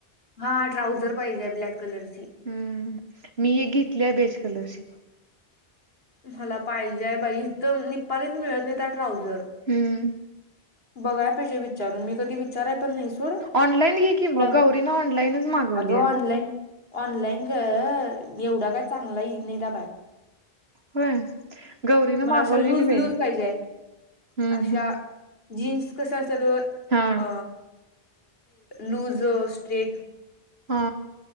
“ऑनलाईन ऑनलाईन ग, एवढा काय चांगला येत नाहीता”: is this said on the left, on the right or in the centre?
Left